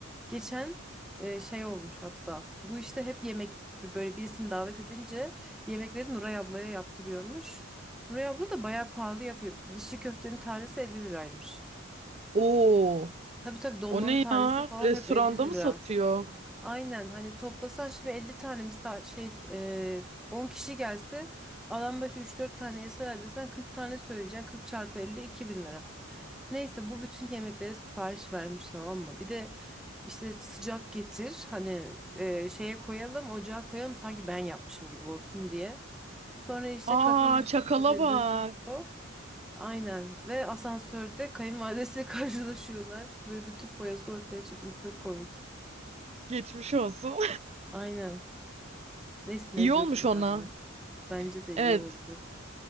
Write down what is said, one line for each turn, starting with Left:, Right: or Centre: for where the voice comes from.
Centre: Geçen e, şey olmuş hatta. Bu işte hep yemek böyle birisini davet edince yemekleri Nuray ablaya yaptırıyormuş. Nuray abla da bayağı pahalı yapıyor. Bir İçli köftenin tanesi 50 liraymış.
Right: Oo.
Centre: Tabii tabii dolmanın
Right: O ne
Centre: tanesi
Right: ya?
Centre: falan
Right: Restoranda
Centre: hep 50 lira.
Right: mı satıyor?
Centre: Aynen hani toplasan şimdi 50 tane misal şey e, 10 kişi gelse adam başı üç dört tane yeseler desen 40 tane söyleyeceksin. 40 çarpı 50 bin lira. Neyse bu bütün yemeklere sipariş vermiş tamam mı? Bir de işte sıcak getir hani e, şeye koyalım ocağa koyalım sanki ben yapmışım gibi olsun diye. Sonra işte
Right: Aa
Centre: kadın bütün
Right: çakala
Centre: yemekleri
Right: bak.
Centre: götürüyor. Aynen. Ve asansörde kayınvalidesiyle <laughs> karşılaşıyorlar. Böyle bütün foyası ortaya çıkmış. Çok komik.
Right: Geçmiş olsun.
Centre: Aynen. Neyse
Right: <laughs> İyi
Centre: ne diyordum
Right: olmuş
Centre: ya
Right: ona.
Centre: ben. Bence de
Right: Evet.
Centre: iyi oldu.